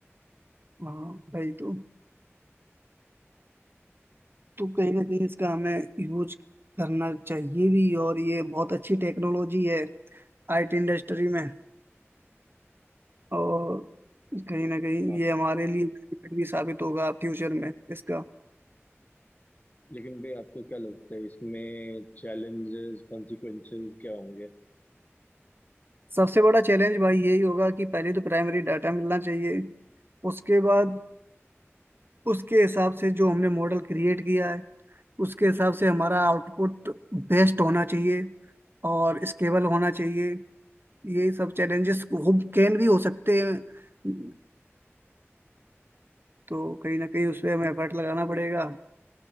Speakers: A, on the right; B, on the left.
A: हाँ भाई तो तो कहीं ना कहीं इसका हमें यूज करना चाहिए भी और ये बहुत अच्छी टेक्नोलॉजी है आईटी इंडस्ट्री में और कहीं ना कहीं
B: हाँ
A: ये
B: मैम
A: हमारे लिए benefit भी साबित होगा फ्यूचर में इसका
B: लेकिन भाई आपको क्या लगता है इसमें चैलेंजेस कॉन्सिक्वेंसेस क्या होंगे
A: सबसे बड़ा चैलेंज भाई यही होगा कि पहले तो प्राइमरी डाटा मिलना चाहिए उसके बाद उसके हिसाब से जो हमने मॉडल क्रिएट किया है उसके हिसाब से हमारा आउटपुट बेस्ट होना चाहिए और स्केलेबल होना चाहिए यही सब चैलेंजेस हो कैन भी हो सकते हैं तो कहीं ना कहीं उसमें हमें एफर्ट लगाना पड़ेगा